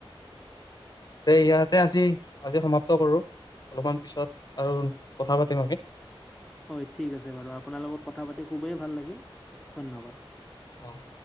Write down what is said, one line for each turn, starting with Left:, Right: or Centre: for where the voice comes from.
Left: তে ইয়াতে আজি আজি সমাপ্ত কৰো। অলপমান পিছত আৰু কথা পাতিম আমি।
Centre: হয় ঠিক আছে বাৰু আপোনাৰ লগত কথা পাতি খুবেই ভাল লাগিল ধন্যবাদ।
Left: অ',।